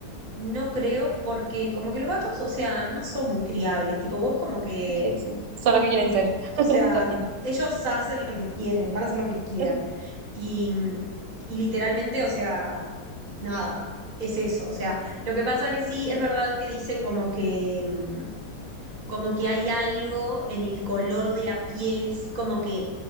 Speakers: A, on the right; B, on the right.
A: no creo, porque como que los gatos, o sea, no son muy criables. Tipo, vos como que
B: Ok, sí, solo que quieren ser <laughs>
A: o sea,
B: todo el tiempo.
A: ellos hacen lo que quieren, van a hacer lo que quieran.
B: <laughs>
A: Y, y literalmente, o sea, nada, es eso. O sea, lo que pasa que sí, es verdad que dicen como que, mm, como que hay algo en el color de la piel, sí, como que